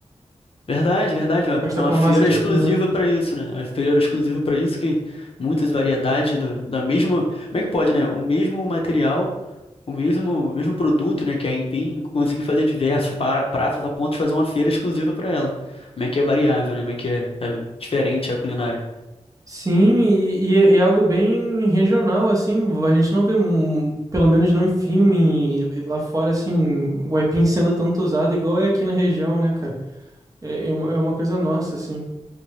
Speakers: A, on the left (about 50°); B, on the right (about 30°).
A: Verdade, verdade. É uma
B: Pastel
A: é uma
B: com
A: feira
B: a massa de
A: exclusiva
B: aipim, né?
A: para isso, né? É Uma feira exclusiva para isso que muitas variedades do, da mesma, como é que pode, né? O mesmo material o mesmo, o mesmo produto, né, que é a Empim, conseguir fazer diversos para- pratos a ponto de fazer uma feira exclusiva para ela. Como é que é variável, né? Como é que é, é diferente a culinária.
B: Sim, e, e é é algo bem regional, assim, a gente não vê, mu- pelo menos não em filme, e lá fora, assim, o aipim sendo tanto usado igual é aqui na região, né, cara? É, é uma, é uma coisa nossa, assim.